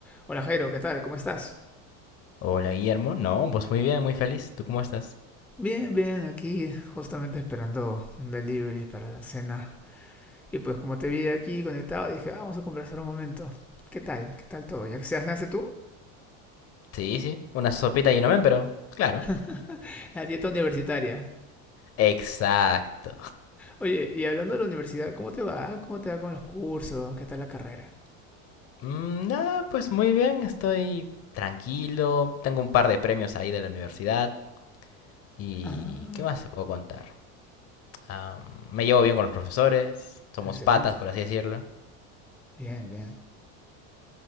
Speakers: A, in the centre; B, on the left.
A: Hola Jairo, ¿qué tal? ¿Cómo estás?
B: Hola, Guillermo. No, pues muy bien, muy feliz. ¿Tú cómo estás?
A: Bien, bien, aquí justamente esperando un delivery para la cena. Y pues como te vi aquí conectado, dije, "Ah, vamos a conversar un momento. ¿Qué tal? ¿Qué tal todo? ¿Ya que se hace hace tú?
B: Sí, sí. Una sopita y no men, pero claro.
A: <laughs> La dieta universitaria.
B: Exacto.
A: Oye, y hablando de la universidad, ¿cómo te va? ¿Cómo te va con los cursos? ¿Qué tal la carrera?
B: Mm, nada, pues muy bien. Estoy tranquilo. Tengo un par de premios ahí de la universidad. ¿Y
A: Ah,
B: qué más te puedo contar? Am, me llevo bien con los profesores. Somos
A: excelente.
B: patas, por así decirlo.
A: Bien, bien.